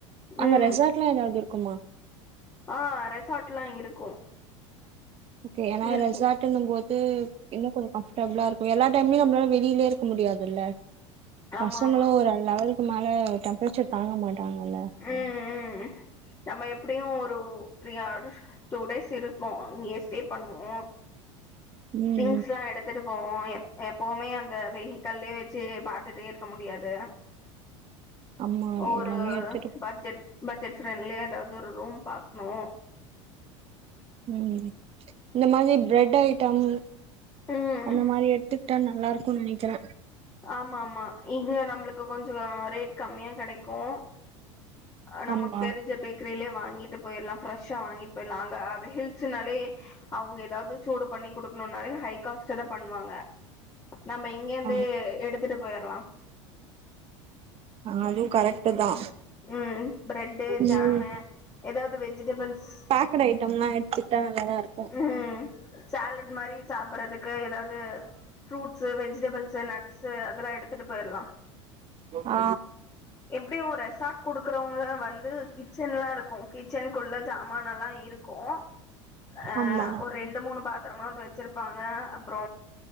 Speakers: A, on the right; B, on the left.
A: அங்க
B: ம்
A: ரெசாட்லா ஏதாவது இருக்குமா
B: ஆ ரெசாட் லா இங்க இருக்கு
A: ஓகே ஏனா
B: இருக்கு
A: ரெசார்ட் இன்னு போது இன்னு கொஞ்ச கம்ஃபர்டபிளா இருக்கு எல்லா டைம்லையு நம்மளால வெளிலயே இருக்க முடியாதுல்ல
B: ஆமா
A: பசங்களு
B: ஆமா
A: ஒரு அ லெவலுக்கு மேல டெம்பரேச்சர் தாங்க மாட்டாங்கல்ல
B: ம் ம் ம் நம்ம எப்படியு ஒரு த்ரீ ஆர்ஸ் டூ டேஸ் இருப்போ அங்கயே ஸ்டே பண்ணுவோ
A: ம்
B: திங்ஸ் எல்லா எடுத்துட்டு போவோ எப் எப்பவுமே அந்த வெஹிக்கல்லே வச்சு பாத்துட்டே இருக்க முடியாது
A: ஆமா
B: ஒரு
A: எல்லாமே எடுத்துட்டு போ.
B: பட்ஜெட் பட்ஜெட் ஃப்ரெண்ட்லியா எதாவது ஒரு ரூம் பாக்கணு
A: ம் இந்த மாரி பிரெட் ஐட்டம்
B: ம்
A: அந்த மாரி எடுத்து ட்டா நல்லாருக்குன்னு நெனைக்கிற
B: ஆமாமா இங்க நம்மளுக்கு கொஞ்சோ ரேட் கம்மியா கெடைக்கு அ நமக்கு
A: ஆமா
B: தெரிஞ்ச பேக்கரிலே வாங்கிட்டு போயிரலாம் ஃப்ரெஷ்ஷா வாங்கி போயிரலா அங்க அவ ஹில்ஸ்னாலே அவுங்க ஏதாவது சூடு பண்ணி குடுக்கணுனாலே ஹை காஸ்ட்டு தா பண்ணுவாங்க நம்ப இங்கந்து
A: ஆ
B: எடுத்துட்டு போயிரலாம்
A: ஆ அதுவு கரெக்ட்டு தா
B: ம் பிரெட்டு
A: ம்
B: ஜாம்மு ஏதாவது வெஜிடபுள்ஸ்
A: க்கனு ஐட்டம் லா எடுத்துக்ட்டா நல்ல தா இருக்
B: ம் சேலட் மாரி சாப்பறதுக்கு எதாவது ஃப்ரூட்ஸு வெஜிடபிள்ஸு நட்ஸு அதெல்லா எடுத்துட்டு போயிரலா
A: ஆ
B: எப்டியு ஒரு ரெசார்ட் குடுக்குறவங்க வந்து கிச்சன்லா இருக்கு கிச்சனுக்குள்ள ஜாமான் எல்லா இரு கு அ
A: ஆமா
B: ஒரு ரெண்டு மூணு பாத்தரமா வச்சிருப்பாங்க அப்புற